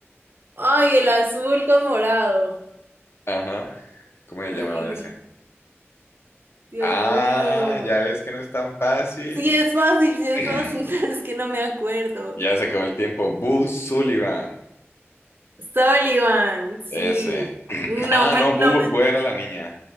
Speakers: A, on the right; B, on the left.
A: Ay, el azul con morado.
B: Ajá, ¿cómo se
A: Ay,
B: llamaba ese?
A: Dios
B: Ah,
A: mío.
B: ya ves que no es tan fácil.
A: Sí, es fácil, sí es
B: <clears throat>
A: fácil, <laughs> pero es que no me acuerdo.
B: Ya se acabó el tiempo. Boo Sullivan.
A: Sullivan, sí.
B: Ese. <clears throat>
A: No
B: Ah,
A: me,
B: no,
A: no
B: Boo,
A: me.
B: Boo era la niña.